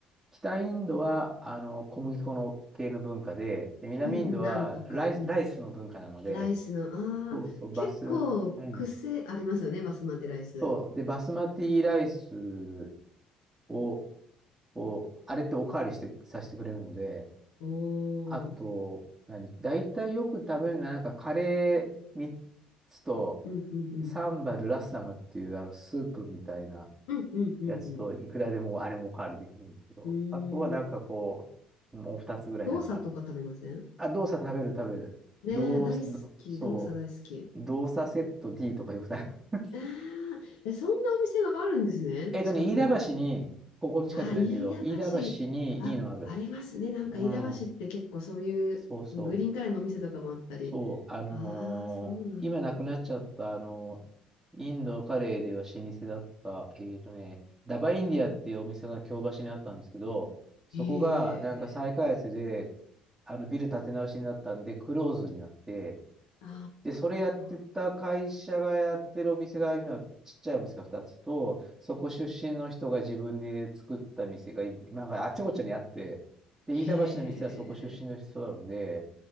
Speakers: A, on the right; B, on the left.
A: 北インドは、あの、小麦粉の系の文化で、で南インドはライス、
B: うんうん、なんとか。うん。
A: ライスの文化なので、
B: ライスの、
A: そうそう、
B: ああ、結構癖ありますよね、
A: バス、うん。
B: バスマティライス。
A: そう。で、バスマティライスを、こう、あれっておかわりして、させてくれるので、
B: おお、
A: あと、何大体よく食べるのは、なんかカレー3つと、
B: うんうん
A: サンバルラッサムっていう、あの、スープみたいな、
B: うんうんうん
A: やつと、いくらでもあれもおかわりできるんですけど、
B: うん。
A: あとはなんかこう、
B: うーん。
A: もう二つぐらいなんか、
B: 動作とか食べません
A: あ、動作食べる食べる。
B: ねえ、
A: 動作、
B: 大好き。
A: どそ
B: 動作大好き。
A: う、動作セット D とかよくない。<laughs>
B: ああ、え、そんなお店があるんですね。
A: えっとね、
B: 近くに。
A: 飯田橋に、ここの近くじゃないんだけど、
B: あ飯田橋。
A: 飯田橋にいいのある。
B: あ、ありますね。なんか飯田橋って結構そういうグリーンカレーのお店とかもあったり。
A: うん、そうそう。そう、あのー今なくなっちゃった、
B: ああ、そうなんだ。
A: あのーインドカレーでは老舗だった、えーとね、ダバインディアっていうお店が京橋にあったんですけど、そこがなんか再開発で、
B: へえ。
A: あのビル建て直しになったんで、クローズになって、
B: あ
A: で、それやってた会社がやってるお店が今、
B: あ、
A: ちっちゃいお店が2つと、そこ出身の人が自分で作った店が、なんかあっちこっちにあって、で、
B: へえ。
A: 飯田橋の店はそこ出身の人なので、